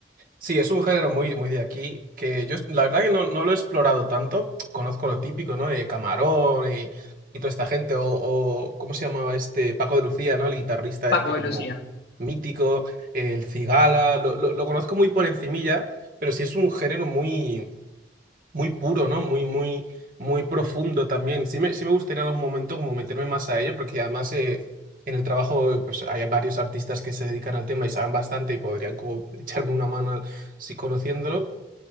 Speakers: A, on the right (about 50°); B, on the left (about 65°).
A: Sí, es un género muy, muy de aquí, que yo la verdad que no, no lo he explorado tanto. Conozco lo típico, ¿no? De Camarón y, y toda esta gente, o, o ¿cómo se llamaba este? Paco de Lucía, ¿no? El guitarrista
B: Paco
A: este como
B: y Lucía.
A: mítico, el Cigala, lo, lo- lo conozco muy por encimilla, pero sí es un género muy, muy puro, ¿no? Muy, muy, muy profundo también. Sí me, sí me gustaría en algún momento como meterme más a ello, porque además eh, en el trabajo eh, pues hay varios artistas que se dedican al tema y saben bastante y podrían como echarme una mano si conociéndolo.